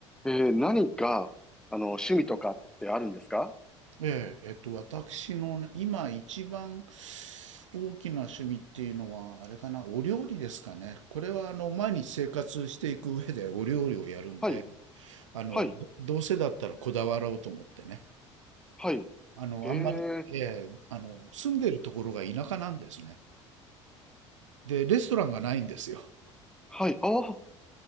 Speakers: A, in the centre; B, on the right.
A: えー、何か、あの、趣味とかってあるんですか
B: ええ、えっと、私のね今一番大きな趣味っていうのは、あれかな、お料理ですかね。これは、あの、毎日生活していく上でお料理をやるんで、
A: はい、
B: あの、
A: はい、
B: どどうせだったらこだわろうと思ってね。
A: はい。
B: あの、
A: へえ
B: あんまり、ええ、あの、住んでるところが田舎なんですね。で、レストランがないんですよ。
A: うんはい、うんはいああ、